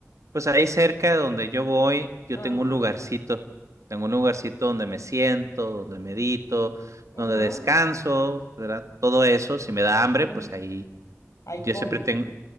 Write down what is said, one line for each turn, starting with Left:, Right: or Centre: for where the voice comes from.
Right: Pues ahí cerca de donde yo voy, yo
Left: Ajá.
Right: tengo un lugarcito. Tengo un lugarcito donde me siento, donde medito,
Left: Ajá.
Right: donde descanso, ¿verdad? Todo eso, si me da hambre,
Left: mm.
Right: pues ahí
Left: Ahí
Right: yo
Left: come.
Right: siempre tengo...